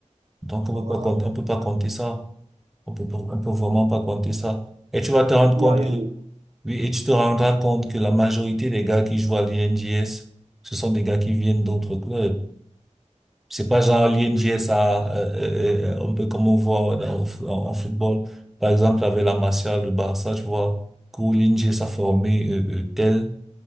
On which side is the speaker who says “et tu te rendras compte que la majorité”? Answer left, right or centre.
Centre